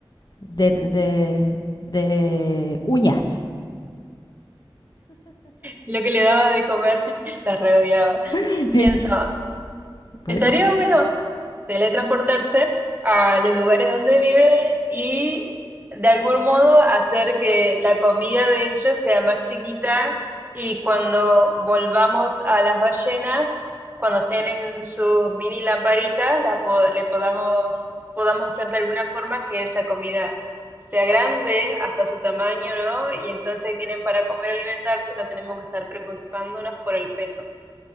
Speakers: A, on the left; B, on the right.
A: de, de, de uñas.
B: lo que le daba de comer <laughs> la reodiaba.
A: <laughs> Es
B: Pienso,
A: que, bueno,
B: estaría bueno teletransportarse a los lugares donde vive y de algún modo hacer que la comida de ellos sea más chiquita y cuando volvamos a las ballenas, cuando estén en sus mini lamparitas, la po- le podamos, podamos hacer de alguna forma que esa comida sea grande hasta su tamaño, ¿no? Y entonces ahí tienen para comer, alimentarse y no tenemos que estar preocupándonos por el peso.